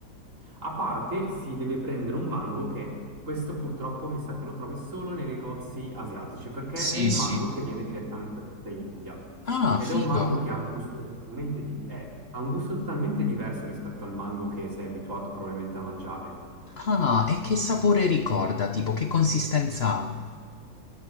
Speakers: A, on the right; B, on the left.
A: A parte si deve prendere un mango che questo purtroppo mi sa che lo trovi solo nei negozi asiatici perché
B: Sì,
A: è il mango
B: sì.
A: che viene direttamente dalla Thailandia
B: Ah,
A: ed
B: figo.
A: è un mango che ha un gusto totalmente, di- eh, ha un gusto totalmente diverso rispetto al mango che sei abituato probabilmente a mangiare.
B: Ah, e che sapore ricorda? Tipo, che consistenza ha?